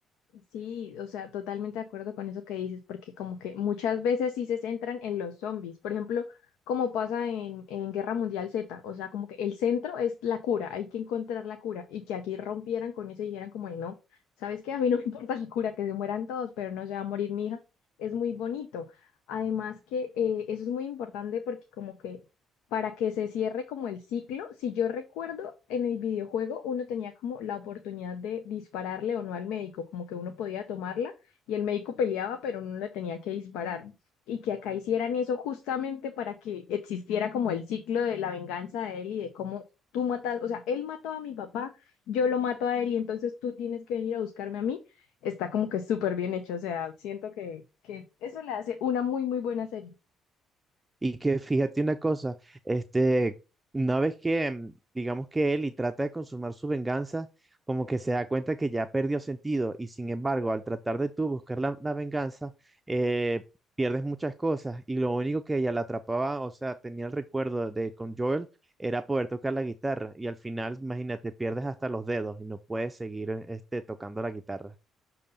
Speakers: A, on the left; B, on the right.
A: Sí, o sea, totalmente de acuerdo con eso que dices, porque como que muchas veces sí se centran en los zombies, por ejemplo, como pasa en, en Guerra Mundial Z, o sea, como que el centro es la cura, hay que encontrar la cura, y que aquí rompieran con eso y dijeran como, "Ay, no, ¿sabes qué? A mí no me <laughs> importa la cura, que se mueran todos, pero no se va a morir mi hija, es muy bonito. Además que eh, eso es muy importante porque como que para que se cierre como el ciclo. Si yo recuerdo, en el videojuego uno tenía como la oportunidad de dispararle o no al médico, como que uno podía tomarla y el médico peleaba, pero uno le tenía que disparar. Y que acá hicieran eso justamente para que existiera como el ciclo de la venganza de él y de cómo tú matas, o sea, él mató a mi papá, yo lo mato a él y entonces tú tienes que venir a buscarme a mí. Está como que súper bien hecho, o sea, siento que, que eso le hace una muy, muy buena serie.
B: Y que fíjate una cosa, este, una vez que mm, digamos que Eli trata de consumar su venganza, como que se da cuenta que ya perdió sentido y sin embargo, al tratar de tú buscar la, la venganza, eh, pierdes muchas cosas y lo único que ella la atrapaba, o sea, tenía el recuerdo de con Joel, era poder tocar la guitarra y al final, imagínate, pierdes hasta los dedos y no puedes seguir este, tocando la guitarra.